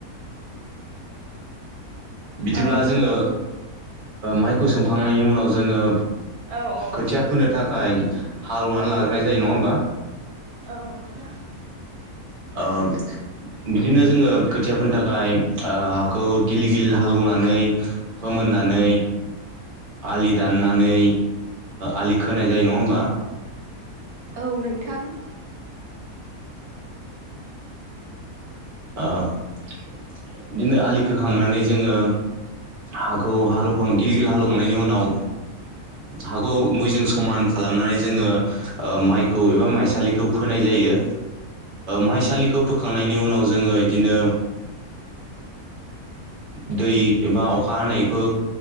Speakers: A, on the right; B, on the right.
A: बिदिब्ला
B: औ
A: जोङो माइखौ सोमखांनायनि उनाव जोङो
B: औ औ
A: खोथिया फोनो थाखाय हालौनानै लाग्रोनाय जायो नङा होमबा?
B: औ नोंथां
A: ओ बिदिनो जोङो खोथियाफोरनि थाखाय हाखौ गिल गिलि हालेवनानै फोमोन खनानै आलि दाननानै आलि खोनाय जायो नङा होमबा।
B: औ नोंथां।
A: बिदिनो आलि खोखांनानै जोङो हाखौ हालौवखां गिल गिल हालौखांनायनि उनाव हाखौ मैजों समान खालाम खालामनानै जोङो माइखौ एबा माइसालिखौ फोनाय जायो। माइसालिखौ फोखांनायनि उनाव जोङो बिदिनो <inaudible> दै एबा अखा हानायखौ